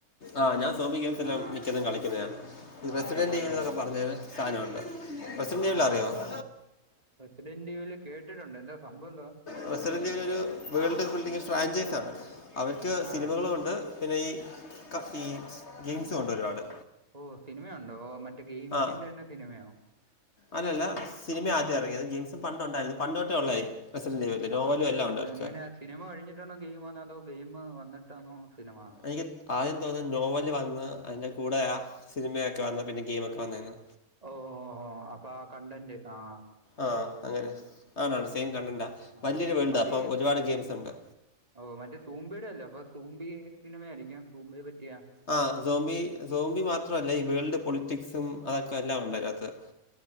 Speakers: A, on the left; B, on the right.
A: ആഹ് ഞാൻ സോഫി ഗെയിംസ്
B: ആ
A: മിക്കതും കളിക്കുന്നയാ ഈ പ്രസിഡന്റയക്കെ
B: ആന്നോ
A: പറഞ്ഞരു സാധനമുണ്ട് ബസിമെയില്
B: ആ
A: അറിയോ ആഹ്
B: റെസിഡന്റ് ഇവല് കേട്ടിട്ടുണ്ട് എന്താ സംഭവം എന്തുവാ
A: പ്രസിഡന്റിയരു വേൾഡ് ഫ്രാഞ്ചൈസ് ആണ് അവർക്ക്
B: ആ
A: സിനിമകളുണ്ട് പിന്നെ ഈ ക ഈ ഗെയിംസ് ഉണ്ട് ഒരുപാട്
B: ഓ സിനിമയുണ്ടോ മറ്റേ ഗെയിംസിന്റെ
A: ആ
B: തന്നെ സിനിമയോ?
A: അല്ലല്ല സിനിമ ആദ്യം ഇറങ്ങിയത് ഗെയിംസ് ഇത് പണ്ട് ഉണ്ടായിരുന്നു പണ്ട് തൊട്ടേ ഉള്ളതായി പ്രസന്റനോവലും
B: അപ്പൊ
A: എല്ലാം ഉണ്ട് അവർക്ക്
B: എങ്ങനെയാ സിനിമ കഴിഞ്ഞിട്ടാണോ ഗെയിം അതോ ഗെയിം വന്നിട്ടാണോ സിനിമ
A: എനിക്ക് ആദ്യം തോന്നുന്നു നോവല് വന്ന് അതിൻ്റെ കൂടെ ആ സിനിമയൊക്കെ വന്ന് പിന്നെ ഗെയിമൊക്കെ വന്നായിരുന്നു
B: ഓഹ് അപ്പൊ ആ കണ്ടന്റ് ആഹ്
A: ആഹ് അങ്ങനെ ആണാണ് സെയിം കണ്ടന്റാ
B: ആ
A: വലിയൊരു വേൾഡ്
B: അത്
A: അപ്പം ഒരുപാട് ഗെയിംസ് ഉണ്ട്
B: ഓ മറ്റേ സൂമ്പിയുടെ അല്ലോ അപ്പൊ സൂമ്പി സിനിമയ ആയിരിക്കും സൂമ്പിയ പറ്റിയ
A: ആഹ് സോമ്പി സോമ്പി മാത്രമല്ല ഈ വേൾഡ് പൊളിറ്റിക്സും അതൊക്കെ എല്ലാം ഉണ്ട് അതിനകത്തു